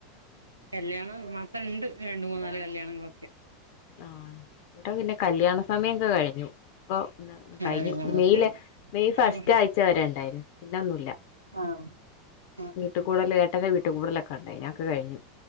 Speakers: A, on the right; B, on the left.
A: കല്യാണം ഈ മാസംണ്ട് രണ്ട് മൂന്ന് നാല് കല്യാണങ്ങളൊക്കെ
B: ആഹ് വടെ പിന്നെ കല്യാണ സമയൊക്കെ കഴിഞ്ഞു ഇപ്പൊ കഴിഞ്ഞു
A: ആഹ് നമുക്ക്
B: മെയ്ല് മെയ് ഫസ്റ്റ്
A: ആഹ്
B: ആഴ്ചവരെ ണ്ടായിരുന്നു പിന്നൊന്നുല്ല
A: ആഹ് ആഹ്
B: വീട്ട് കൂടല് <unintelligible> വീട്ട് കൂടുലൊക്കെണ്ടായിനി അതൊക്കെ കഴിഞ്ഞു